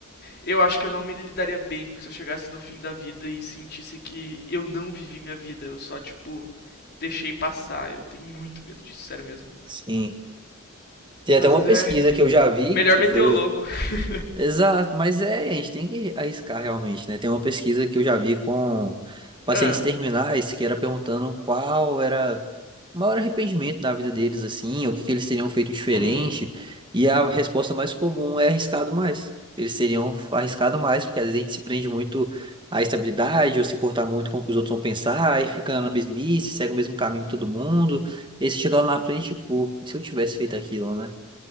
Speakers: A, on the left; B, on the right.
A: Eu acho que eu não me lidaria bem se eu chegasse no fim da vida e sentisse que eu não vivi minha vida, eu só, tipo, deixei passar. Eu tenho muito medo disso, sério mesmo.
B: Sim. Tem
A: Às
B: até uma
A: vezes
B: pesquisa
A: é
B: que eu já vi,
A: melhor
B: que
A: meter
B: foi,
A: o louco. <laughs>
B: Exato, mas é, a gente tem que arriscar realmente, né? Tem uma pesquisa que eu já vi com pacientes
A: Ah,
B: terminais que era perguntando qual era o maior arrependimento da vida deles, assim, ou o que que eles teriam feito diferente,
A: Uhum.
B: e a resposta mais comum é arriscado mais. Eles teriam arriscado mais, porque às vezes a gente se prende muito à estabilidade, ou se importar muito com o que os outros vão pensar, e fica na mesmice, segue o mesmo caminho que todo mundo, e se chegar lá na frente, pô, e se eu tivesse feito aquilo, né?